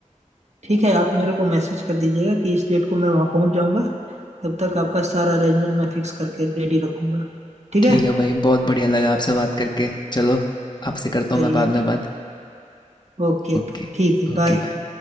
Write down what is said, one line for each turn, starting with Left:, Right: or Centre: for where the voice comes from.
Right: ठीक है आप मेरे को मैसेज कर दीजिएगा कि इस डेट को मैं वहाँ पहुँच जाऊँगा तब तक आपका सारा अरेंजमेंट मैं फिक्स करके रेडी रखूंगा ठीक
Left: ठीक
Right: है
Left: है भाई, बहुत बढ़िया लगा आपसे बात करके। चलो, आपसे करता
Right: चलिए
Left: हूँ मैं बाद
Right: ठीक
Left: में बात।
Right: ओके
Left: Okay,
Right: ओके ठीक है
Left: okay,
Right: बाय
Left: bye.